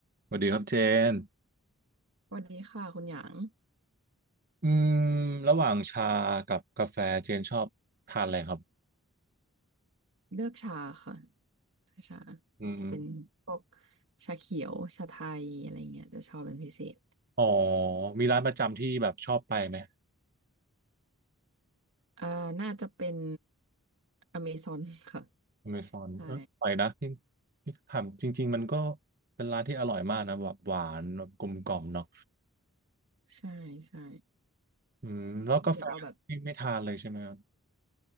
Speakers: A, on the right; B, on the right.
A: สวัสดีครับเจน
B: สวัสดีค่ะคุณหยาง
A: อืมระหว่างชากับกาแฟเจนชอบทานอะไรครับ
B: เลือกชาค่ะชา
A: อืม
B: จะเป็นพวกชาเขียวชาไทยอะไรเงี้ยจะชอบเป็นพิเศษ
A: อ๋อมีร้านประจำที่แบบชอบไปไหม
B: อ่าน่าจะเป็นอเมซอนค่ะ
A: อเมซอนเอออร่อยนะที่
B: ใช่
A: ที่ถามจริงๆมันก็เป็นร้านที่อร่อยมากนะแบบหวานแบบกลมกล่อมเนาะ
B: ใช่ใช่
A: อืมแล้วกาแฟไม่ไม่ทานเลยใช่ไหมครับ
B: รู้สึกว่าแบบ